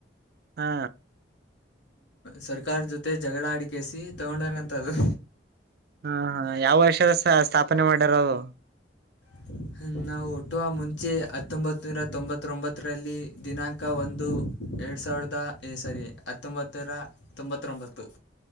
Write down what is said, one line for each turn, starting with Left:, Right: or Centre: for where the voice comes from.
Right: ಹಾ,
Left: ಸರ್ಕಾರ ಜೊತೆ ಜಗಳ ಆಡಿಕೆಸಿ ತಗೊಂಡಹೋಗನಂತ ಅದು.
Right: ಹಾ, ಹಾ ಯಾವ ವರ್ಷದ ಸ್ಥಾಪನೆ ಮಾಡ್ಯಾರ ಅದು.
Left: <inaudible> ನಾವು ಹುಟ್ಟುವ ಮುಂಚೆ ಹತ್ತೊಂಬತ್ತುನೂರ ತೊಂಬತ್ತೊಂಬತ್ತರಲ್ಲಿ ದಿನಾಂಕ ಒಂದು ಎರಡು ಸಾವಿರದ ಈ ಸರಿ ಹತ್ತೊಂಬತ್ತರ ತೊಂಬತ್ತೊಂಬತ್ತು.